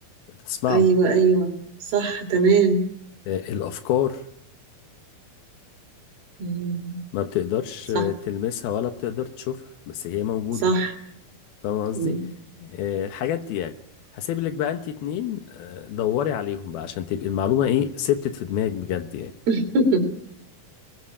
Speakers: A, on the left; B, on the right.
A: بتسمعه
B: أيوه أيوه صح تمام
A: آه، الأفكار
B: مم.
A: ما بتقدرش
B: صح
A: آه، تلمسها ولا بتقدر تشوفها بس هي موجودة
B: صح
A: فاهم قصدي؟
B: مم.
A: آه، الحاجات دي يعني هسيب لك بقى انت اتنين آه، دوري عليهم بقى عشان تبقي المعلومة ايه ثبتت في دماغك بجد يعني
B: <laughs>